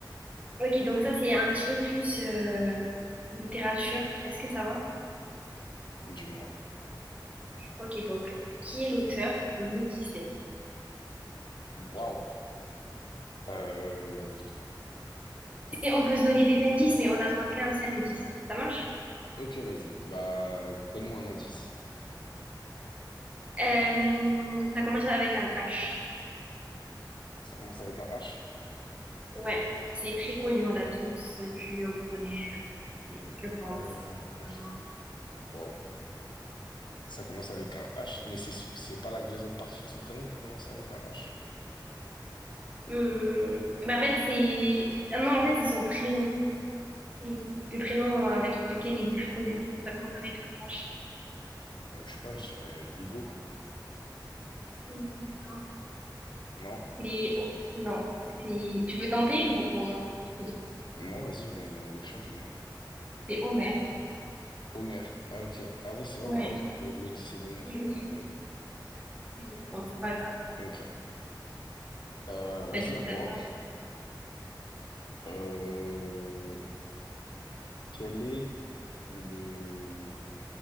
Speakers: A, on the right; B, on the left.
A: Ok, donc ça, c'est un petit peu plus euh, littérature. Est-ce que ça va?
B: Dis-moi.
A: Ok, donc, qui est l'auteur de l'Odyssée?
B: Waouh. Euh,
A: Et on peut se donner des indices, mais on a droit qu'à un seul indice. Ça marche?
B: ok, vas-y. Bah, donne-moi un indice.
A: Euh, ça commence avec un H.
B: Ça commence avec un H.
A: Ouais, c'est très connu, on l'a tous vu au collège, au lycée, je pense,
B: Euh,
A: vraiment.
B: waouh. Ça commence avec un H, mais c'est, son- c'est pas la deuxième partie de son prénom qui commence avec un H?
A: Hum, bah en fait, c'est... ah non, en fait, c'est son prénom, et le prénom avec lequel il est plus connu. Donc ça commence avec un H.
B: Euh, je sais pas, je dirais Hugo.
A: Hum, Non,
B: Non,
A: c'est... Non, c'est... Tu veux tenter ou... je te dis,
B: non, vas-y, je donne dans le chat, dis-moi.
A: C'est Homer.
B: Homer. Ah, ok. Ah, oui, c'est vrai,
A: Ouais,
B: bah oui. l'O- L'Odyssée d'Homer.
A: oui.
B: Ah, bah oui.
A: oui. Bon, c'est pas grave.
B: Ok. Euh, vas-y,
A: Bah, du
B: à
A: coup,
B: moi.
A: ça sera.
B: Euh, quel est le,